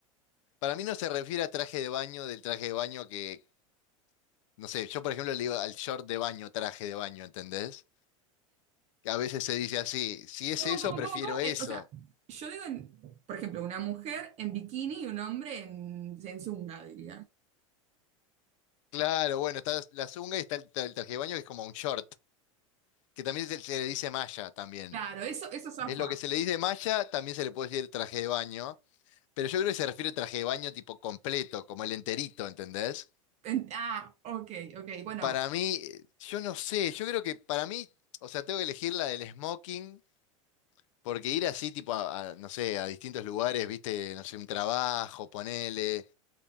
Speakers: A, on the left; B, on the right.
A: para mí no se refiere a traje de baño del traje de baño que, no sé, yo por ejemplo le digo al short de baño, traje de baño, ¿entendés? Que a veces se dice así, si es
B: ¿Cómo,
A: eso,
B: cómo,
A: prefiero
B: cómo, cómo?
A: eso.
B: Eh, o sea, yo digo, en- por ejemplo, una mujer en bikini y un hombre en, en zunga, diría.
A: Claro, bueno, está la zunga y está el, tra- el traje de baño que es como un short, que también se, se le dice malla también.
B: Claro, eso, eso zafa.
A: Es lo que se le dice malla, también se le puede decir traje de baño. Pero yo creo que se refiere al traje de baño tipo completo, como el enterito, ¿entendés?
B: En- ah, ok, ok, bueno,
A: Para mí, yo no sé, yo creo que para mí, o sea, tengo que elegir la del smoking, porque ir así, tipo, a, a, no sé, a distintos lugares, viste, no sé, un trabajo, ponele,